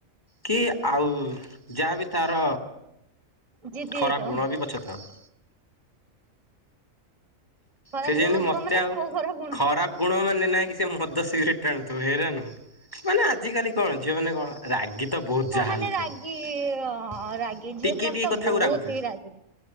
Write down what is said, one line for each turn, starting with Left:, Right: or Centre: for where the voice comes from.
Left: କି ଆଉ ଯାହାବି ତାର
Right: ଜିଦି
Left: ଖରାପ
Right: ହେଇଥାଉ।
Left: ଗୁଣ ବି ପଛେ ଥାଉ।
Right: ଖରାପ
Left: ସେ ଯେନ୍ତି
Right: ଗୁଣ
Left: ମତେ
Right: ଥିବ ମାନେ
Left: ଆଉ
Right: କୋଉ ଗୁଣ?
Left: ଖରାପ ଗୁଣ ମାନେ ନାଁ କି ସିଏ ମଦ ସିଗ୍ରେଟ ଟାଣୁଥୁବ ହେରା ନୁହୁଁ ମାନେ ଆଜିକାଲି କଣ ଝିଅମାନେ କଣ ରାଗି ତ ବୋହୁତ
Right: ହଁ
Left: ଜାହା
Right: ମାନେ
Left: ହେଲେ
Right: ରାଗି
Left: ଥିବ
Right: ରାଗି ଝିଅ
Left: ଟିକିଏ
Right: ପିଲା
Left: ଟିକେ
Right: ତ
Left: କଥାକୁ
Right: ବହୁତ
Left: ରାଗୁଥିବେ।
Right: ହି ରାଗି।